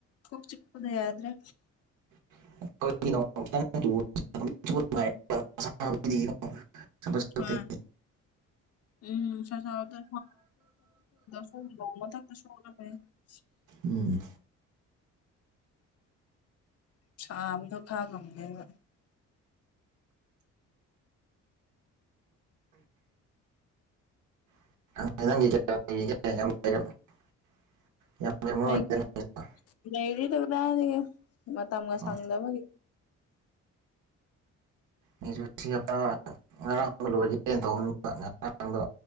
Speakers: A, on the left; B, on the right.
A: ꯀꯣꯛ ꯆꯤꯛꯄꯗ ꯌꯥꯗ꯭ꯔꯦ
B: <unintelligible> ꯆꯠꯄꯗꯒꯤ
A: ꯍꯥꯝ ꯎꯝ ꯅꯨꯡꯁꯥ ꯁꯗ ꯁꯣꯗ <unintelligible>
B: ꯎꯝ
A: ꯁꯥꯕꯗꯣ ꯈꯥꯡꯕ ꯉꯝꯗꯦꯕ
B: <unintelligible> ꯂꯩꯔꯝꯃꯔꯣꯏꯗ
A: ꯑꯩꯒꯤ
B: ꯅꯪꯒꯤꯁꯨ
A: ꯂꯩꯔꯤꯗꯨꯗꯗꯤ ꯃꯇꯝꯒ
B: ꯍꯣꯏ
A: ꯁꯪꯗꯕꯒꯤ
B: ꯑꯩꯁꯨ ꯁꯤ ꯍꯞꯇꯥ ꯉꯔꯥꯡꯗ ꯂꯣꯏꯒꯦꯅ ꯇꯧꯕꯅꯤꯡ ꯉꯔꯥꯡꯗ